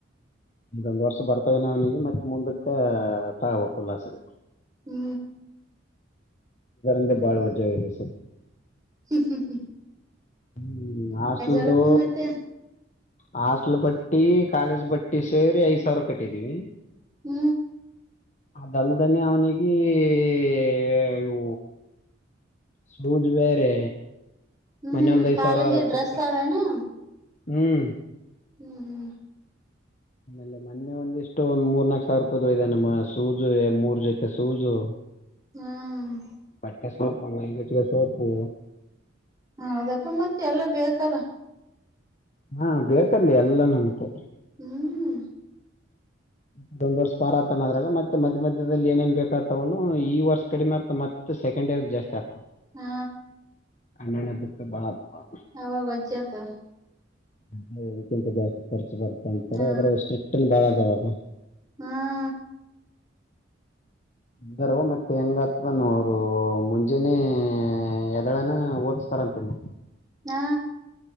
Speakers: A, on the left; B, on the right.
A: ಇದೊಂದ್ ವರ್ಷ ಬರ್ತವೆ ನವನಿಗೆ ಮತ್ತೆ ಮುಂದಕ್ಕ ತಗ ಉಲ್ಲಾಸಗ
B: ಹೂ
A: ಂದ ಬಾಳ್ ವಜ್ಜದೆ ಸ
B: ಹೂ ಹೂ ಹೂ ಹೂ
A: ಹೂ ಹಾಸ್ಟಲ್ದು
B: ಅಲ್ಲಪು ಮತ್ತೆ
A: ಹಾಸ್ಟಲ್ ಬಟ್ಟಿ ಕಾಲೇಜ್ ಬಟ್ಟಿ ಸೇರಿ ಐದ್ ಸಾವಿರ ಕಟ್ಟಿದೀವಿ
B: ಹೂ
A: ಅದಲ್ದನೇ ಅವ್ನಿಗೇ ಏ ಅಯ್ಯೋ ಸೂಜ್ ವೇರೆ
B: ಹ್ಮ್
A: ಮನೆ ಒಂದ್ ಐದ್
B: ಕಾಲೇಜಿ
A: ಸಾವಿರ ಆದಾಗ್
B: ಡ್ರೆಸ್
A: ಕೊಡ್ತ
B: ಅವೇನು
A: ಹ್ಮ್
B: ಹ್ಮ್ ಹ್ಮ್
A: ಆಮೇಲೆನ ನನ್ನೆ ಒಂದಿಷ್ಟು ಒಂದ್ ಮೂರ್ ನಾಕ್ ಸಾವಿರ ರೂಪಾಯ್ದ್ ಹೋಯ್ದನ ನಮ್ಮ ಸೂಜು ಮೂರ್ ಜೊತೆ ಸೂಝು
B: ಹ್ಮ್
A: ಬಟ್ಟೆ ಸೊಪು ಮೈ ಗಚ್ಕ ಸೋಪು.
B: ಹೌದಪ್ಪ ಮತ್ತೆ ಎಲ್ಲ ಬೇಕಲ್ಲ.
A: ಹಾ ಬೇಕಲ್ಲಿ ಎಲ್ಲ ನಮಕೆ
B: ಹ್ಮ್
A: ಇದೊಂದ್ ವರ್ಷ ಬಾರ ಆತಾನ ಅದ್ರಾಗ ಮತ್ತೆ ಮಧ್ಯ ಮಧ್ಯದಲ್ಲಿ ಏನೇನ್ ಬೇಕಾತವನು ಈ ವರ್ಷ ಕಡಿಮೆ ಆಗ್ತ ಮ ಸೆಕೆಂಡ ಇಯರ್ಗೆ ಜಾಸ್ತಿ ಅಕ್ತರ.
B: ಹಾ
A: ಅಣ್ಣಣ್ಣದಕ್ಕೆ ಬಾಳ ಅದವ
B: ಅವಾಗ್ ವಜ್ಜಾತು
A: ಅದೇ ಇದಕ್ಕಿಂತ ಜಾಸ್ತಿ ಖರ್ಚ್ ಬರ್ತಾವಂತರ
B: ಹಾ
A: ಆದ್ರಾಗ್ ಸ್ಟ್ರಿಕ್ಟ್ ನು ಬಾಳ ಅದಾವದು.
B: ಹ್ಮ್
A: ಇದ್ ಬರವ್ವ ಮತ್ ಹೆಂಗತ್ತದನ ಅವ್ರು ಮುಂಜಾನೇ ಎದ್ದೇಳನ ಓದಿಸ್ತಾರಂತಿನ್ನು
B: ಹಾ